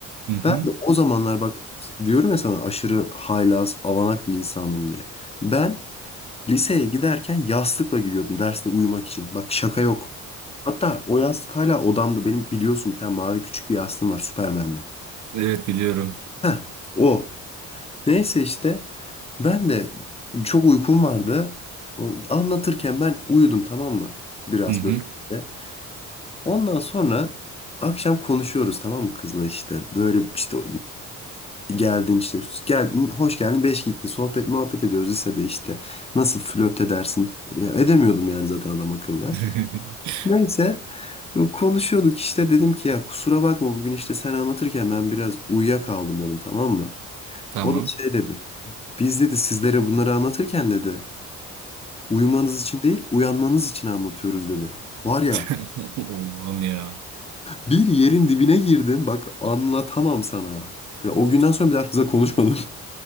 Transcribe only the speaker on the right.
Hı hı.
Evet biliyorum.
Hı hı.
<laughs>
Tamam.
<laughs> Oğlum ya.